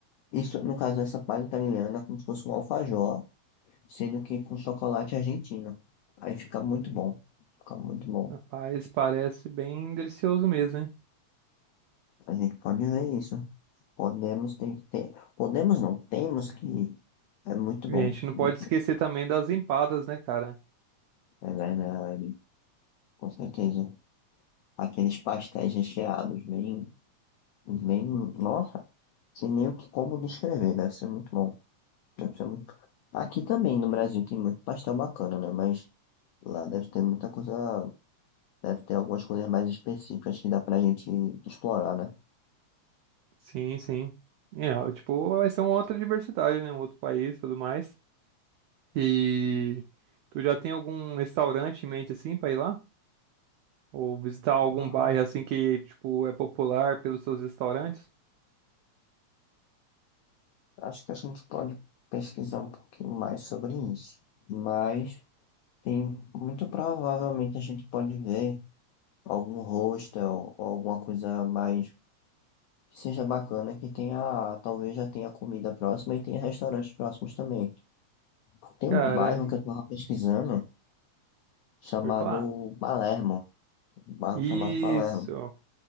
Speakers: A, on the left (about 85°); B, on the right (about 85°).
A: Isso, no caso, essa paleta italiana é como se fosse um alfajor, sendo que com chocolate argentino. Aí fica muito bom. Fica muito bom.
B: Rapaz, parece bem delicioso mesmo, hein?
A: A gente pode ver isso. Podemos tem que ter. Podemos não, temos que ir. É muito
B: E
A: bom,
B: a gente não
A: muito
B: pode esquecer
A: bom.
B: também das empadas, né, cara?
A: É verdade, com certeza. Aqueles pastéis recheados, bem, bem. Nossa, sem nem o que como descrever, deve ser muito bom. Deve ser muito... Aqui também no Brasil tem muito pastel bacana, né? Mas lá deve ter muita coisa. Deve ter algumas coisas mais específicas que dá pra gente explorar, né?
B: Sim, sim. É, ó, tipo, vai ser uma outra diversidade, né? Um outro país e tudo mais. E tu já tem algum restaurante em mente assim pra ir lá? Ou visitar algum
A: Ah,
B: bairro assim que, tipo, é popular pelos seus restaurantes?
A: acho que a gente pode pesquisar um pouquinho mais sobre isso. Mas tem muito provavelmente a gente pode ver algum hostel ou alguma coisa mais que seja bacana que tenha, talvez já tenha comida próxima e tenha restaurantes próximos também. Tem
B: Cara,
A: um bairro
B: e-
A: que eu tava pesquisando. chamado
B: pode falar?
A: Palermo, um bairro
B: Isso.
A: chamado Palermo.